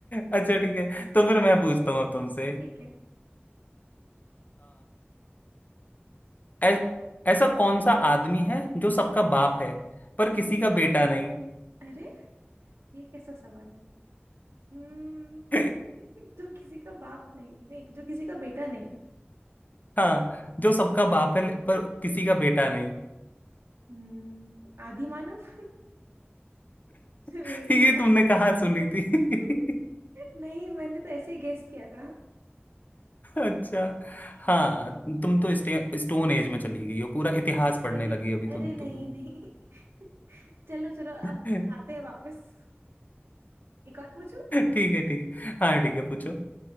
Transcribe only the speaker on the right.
ठीक है
अरे ये कैसा सवाल है हम्म
<laughs> जो किसी का बाप नहीं नहीं जो किसी का बेटा नहीं
हम्म आदि मानव <laughs> नहीं
पता
<laughs> नहीं मैंने तो ऐसे ही गेस किया था
अरे
अरे
अरे
नहीं
नहीं <laughs> चलो चलो
अब आते हैं वापस एक और पूछू